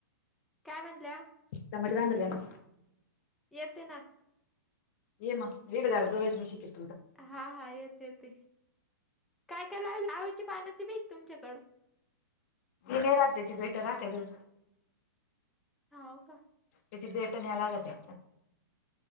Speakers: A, in the centre; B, on the left.
A: काय बनल्या
B: चमुळेट वन ना
A: येत ना
B: ये म हेगा अर्ध वश म शिक.
A: हा हा येते येते. काय काय लावल आवचे पानाची बीक तुमच्याकड.
B: दि नाही रात्याची बेट रात ग.
A: हाव का
B: विचिथट न यालगते.